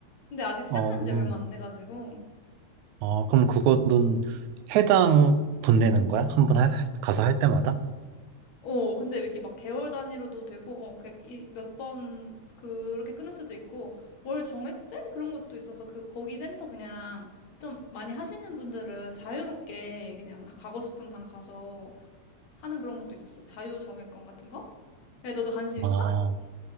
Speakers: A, on the left (about 70°); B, on the right (about 80°).
A: 근데 아직 시작한
B: 어, 음.
A: 지 얼마 안 돼가지고.
B: 어, 그럼 그거는 해당 돈 내는 거야? 한 번 가서 할 때마다?
A: 어, 근데 이렇게 막 개월 단위로도 되고, 어, 몇 번 그렇게 끊을 수도 있고, 월 정액제? 그런 것도 있어서 그, 거기 센터 그냥 좀 많이 하시는 분들은 자유롭게 그냥 가고 싶은 방 가서 하는 그런 것도 있었어. 자유정예권 같은 거? 야, 너도 관심
B: 아,
A: 있어?